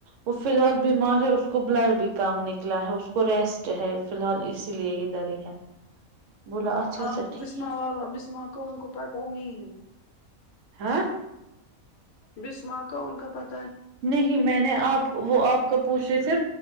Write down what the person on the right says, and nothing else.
وہ فی الحال بیمار ہے اس کو بلڈ بھی کام نکلا ہے اس کو ریسٹ ہے فی الحال اسی لیے ادھر ہی ہے بولا اچھا
اچھا ٹھیک
ہاں
نہیں میں نے آپ وہ آپ کا پوچھنے سے